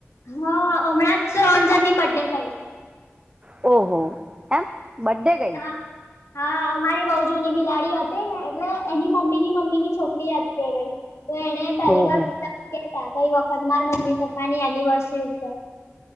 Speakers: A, on the left; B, on the right.
A: હા હમણાથ સુ રન્સની બડ ડે ગયી.
B: ઓહો એમ બડે.
A: હા. હા અમારી બઉ જૂની બિલાડી હતી ને એટલે એની મમ્મી ની મમ્મી ની છોકરી જ કે તો એને પહેલી
B: ઓહો
A: વારાતા કઈ વખત મા મમ્મી પપ્પાની એનિવર્સરી ઉપર.